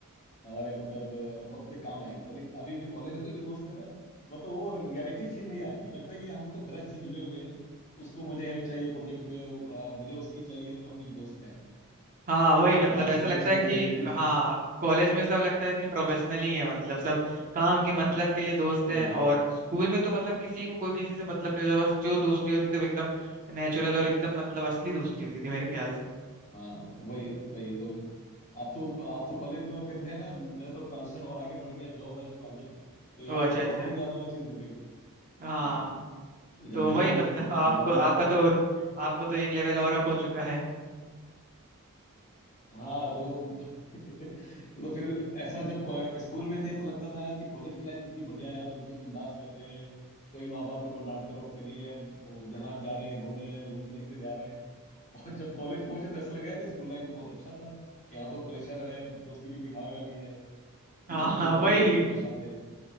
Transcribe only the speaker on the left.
हमारे मतलब अ, वक्त पे काम आएंगे और लेकिन अभी जो कॉलेज वाले जो दोस्त है ना मतलब वो रियलिटी फील नहीं आती है। लगता है कि हम तो गरज से जुड़े हुए हैं उसको मुझे हेल्प चाहिए प्रोजेक्ट में अ, मुझे उसकी चाहिए तो हम एक दोस्त हैं
व्हाट्सएप
दोस्त
बने हुए हैं
<laughs>
सही बात
है
हाँ वही वही तो आप तो आप तो कॉलेज में हो फिर मैं ना मैं तो ट्रांजिशन और आगे बढ़ गया जॉब लाइफ आ गया तो यहाँ
पे तो
और भी ज्यादा वो चीज हो गई
हाँ हाँ। जब
जॉब
जॉब
लाइफ में
हाँ तो <laughs> तो फिर ऐसा जब को- स्कूल में थे तो लगता था यार कि कॉलेज की लाइफ कितनी बढ़िया है यार लड़के बिंदास रहते हैं कोई माँ बाप उनको डांटते वाटते नहीं है वो जहाँ जा रहे हैं घूम रहे हैं मूवी भी देखने जा रहे हैं <laughs> और जब कॉलेज पहुंचे तो ऐसा लगा यार स्कूल लाइफ तो बहुत अच्छा था यहाँ तो प्रेशर है दोस्ती भी दिखावे वाली है
टीचर
भी अलग
तरह से पेश आते हैं